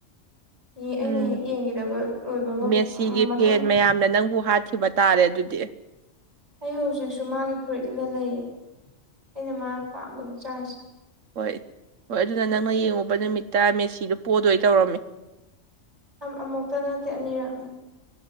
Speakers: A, on the right (about 20°); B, on the right (about 80°).
A: <inaudible> ꯑꯩꯅ
B: ꯎꯝ
A: ꯍꯦꯛ ꯌꯦꯡꯈꯤꯗꯕ ꯂꯣꯏꯕꯒ
B: ꯃꯦꯁꯤꯒꯤ
A: ꯃꯊꯪ
B: ꯐꯦꯟ ꯃꯌꯥꯝꯅ ꯅꯪꯕꯨ ꯍꯥꯠꯈꯤꯕ ꯇꯥꯔꯦ ꯑꯗꯨꯗꯤ
A: ꯑꯩ ꯍꯧꯖꯤꯛꯁꯨ ꯃꯥꯒꯤ ꯐꯨꯔꯤꯠ ꯂꯤꯠꯔ ꯂꯩꯌꯦ ꯑꯩꯅ ꯃꯥ ꯄꯥꯝꯕꯒꯤ ꯆꯥꯡꯁꯦ
B: ꯍꯣꯏ ꯍꯣꯏ ꯑꯗꯨꯅ ꯅꯪꯅ ꯌꯦꯡꯉꯨꯕ ꯅꯨꯃꯤꯠꯇ ꯃꯦꯁꯤꯗꯣ ꯄꯣꯗꯣꯏ ꯇꯧꯔꯝꯃꯦ
A: ꯑꯃꯨꯛꯇ ꯅꯠꯇꯦ ꯑꯅꯤꯔꯛꯅꯦ